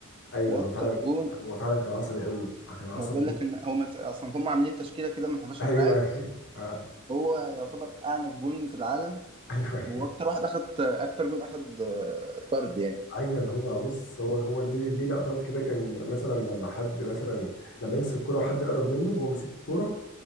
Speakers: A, on the left; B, on the right.
A: ايوه
B: واكتر
A: هو فعلا
B: جون
A: هو فعلا كان عصبي قوي كان عصبي
B: هو بيقول لك
A: جدا
B: ان هو مت... اصلا هم عاملين تشكيله كده من 11
A: ايوه
B: لاعب
A: <laughs> آه.
B: هو يعتبر اعنف جون في العالم
A: ايوه
B: واكتر واحد اخد اكتر جون اخد آه، طرد يعني
A: ايوه هو بص هو هو ليه ليه لقطات كده كان مثلا لما حد مثلا لما يمسك الكرة وحد يقرب منه وهو ماسك الكرة